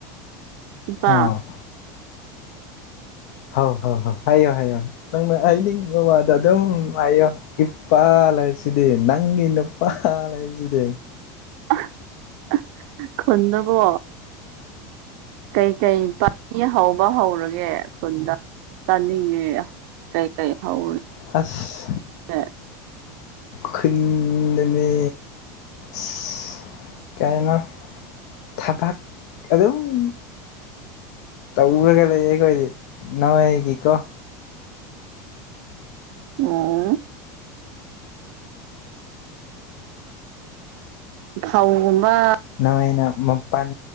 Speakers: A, on the right; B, on the left.
A: ꯏꯄꯥ
B: ꯎꯝ ꯍꯧ ꯍꯧ ꯍꯧ ꯍꯥꯏꯌꯣ ꯍꯥꯏꯌꯣ ꯅꯪꯅ ꯍꯥꯏꯅꯤꯡ ꯋꯥꯗꯣ ꯑꯗꯨꯝ ꯍꯥꯏꯌꯣ ꯏꯄꯥ ꯂꯩꯔꯤꯁꯤꯗꯤ ꯅꯪꯒꯤ ꯅꯨ ꯑꯍꯥ ꯂꯩꯔꯤꯁꯤꯗꯤ
A: ꯑꯍꯥ ꯑꯥ ꯈꯣꯟꯗꯣ ꯀꯣ ꯀꯩꯀꯩ ꯄꯅꯤ ꯍꯧꯕ ꯍꯧꯔꯒꯦ ꯈꯨꯟꯗ <inaudible> <unintelligible> ꯆꯥꯅꯤꯡꯉꯦ ꯀꯩ ꯀꯩ ꯍꯧꯔ
B: ꯑꯥꯁ
A: <unintelligible>
B: ꯈꯨꯟꯗꯅꯦ ꯁꯤ ꯀꯩꯅꯣ ꯊꯕꯛ ꯑꯗꯨꯝ ꯇꯧꯔꯒ ꯂꯩꯌꯦ ꯑꯩꯈꯣꯏꯗꯤ ꯅꯣꯏꯒꯤꯀꯣ
A: <unintelligible> <inaudible> <inaudible>
B: ꯅꯣꯏꯅ ꯃꯄꯟ